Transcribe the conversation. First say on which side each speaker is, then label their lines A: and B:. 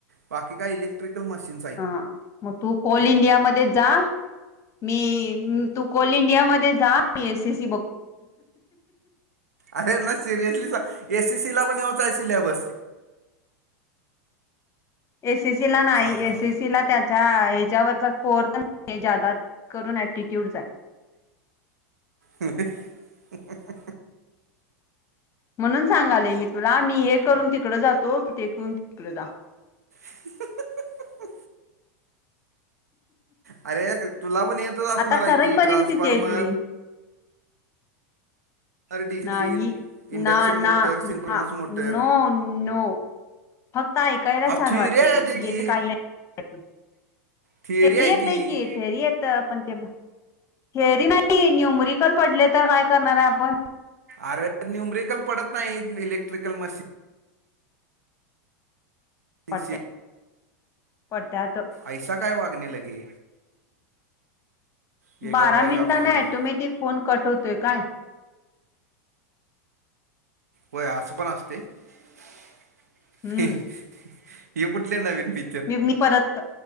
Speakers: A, on the right; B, on the left.
A: बाकी काय इलेक्ट्रिकल मशीन
B: हा मग तू कोल इंडिया मध्येच जा. मी ई तू कोल इंडिया मध्ये जा मी ए सी सी बघ
A: अरे ना सिरियसली सा एस एस सी ला पण ह्योच आहे सिलॅबस.
B: एस एस सीला नाही.
A: सांगाल
B: एस एस सीला त्याच्या हेच्यावरचा कोर जादा करू <unintelligible> ॲटीट्यूडचा हाय.
A: नाही. <inaudible>
B: म्हणून सांगालोय मी तुला मी हे करून तिकडं जातो. तू ते करून तिकडे जा.
A: <inaudible> अरे तुला पण येतच असणार
B: आता
A: हाय
B: खरंच
A: की
B: परिस्थिती
A: ट्रान्सफॉर्म.
B: आहे ती
A: डीसी
B: नाही
A: मशीन इंडक्शन
B: ना,
A: मोटर
B: ना,
A: Synchronous
B: ना.
A: motor
B: no, no. फक्त ऐकायला
A: अ
B: छान
A: थिअरी
B: वाटतं
A: आहे
B: ते
A: ती ती
B: येत काही <unintelligible>
A: थिअरी
B: ते
A: आहे
B: येतकी
A: ती
B: ते ये हिथं पण ते <inaudible> थेरी नाही न्युमरिकल पडले तर काय करणार हाय आपण?
A: अरे न्युमरिकल पडत नाही इलेक्ट्रिकल मशीन. मशीनशी
B: पडत्यात पडत्यात.
A: ऐसा काय वागणे लगे. ये
B: बारा
A: गप बाय
B: मिनटाने
A: घाबरू नको
B: ऑटोमॅटिक फोन कट होतोय काय?
A: होय असं पण असते <inaudible>
B: हम्म
A: हे <inaudible> कुठले नवीन पि
B: मी मी परत